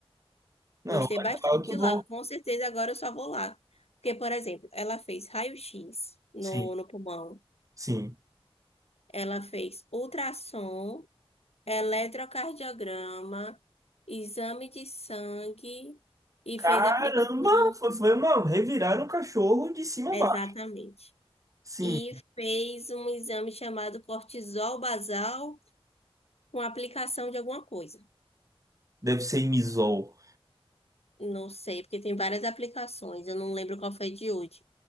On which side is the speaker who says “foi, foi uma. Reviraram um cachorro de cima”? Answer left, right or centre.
Right